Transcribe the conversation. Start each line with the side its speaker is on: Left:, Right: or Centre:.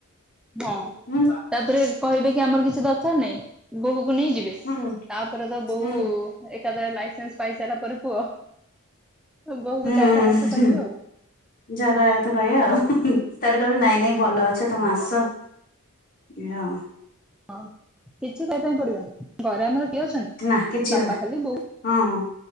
Centre: ଧା-ତାପରେ
Left: ହୁଁ
Centre: କହିବେ କି ଆମର କିଛି ଦରକାର ନାହିଁ। ବୋହୂକୁ ନେଇ ଯିବେ,
Left: ହୁଁ
Centre: ତାପରେ ତ ବୋହୁ
Left: ହୁଁ
Centre: ଏକାଥରେ ଲାଇ ସେନ୍ସ ପାଇସାରିଲା ପରେ ପୁଅ ବୋହୁକୁ
Left: ହୁଁ
Centre: ଯାହା ତାହା ଆଛା
Left: ହୁଁ
Centre: କହିବେ ଆଉ
Left: ଯାହା କହିବା କଥା କହିବେ ଆଉ, ତାର କହିବେ ନାଇଁ ନାଇଁ ଭଲ
Centre: ହଁ
Left: ଅଛ, ତୋମେ ଆସ। ନା।
Centre: ହଁ କିଛି କରିବା ପାଇଁ ପଡିବନି, ଘରେ ଆମର କିଏ ଅଛନ୍ତି
Left: ନା କିଛି
Centre: ବାପା
Left: ହବନି
Centre: ଖାଲି ବୋଉ,
Left: ହଁ ହଁ